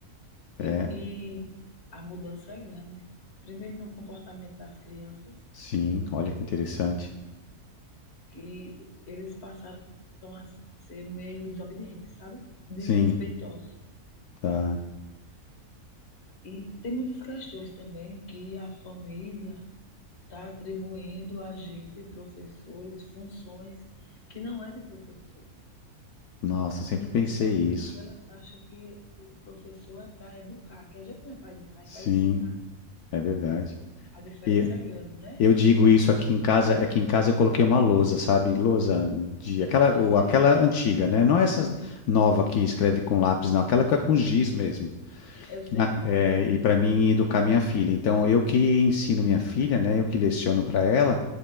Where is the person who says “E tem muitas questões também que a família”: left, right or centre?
Left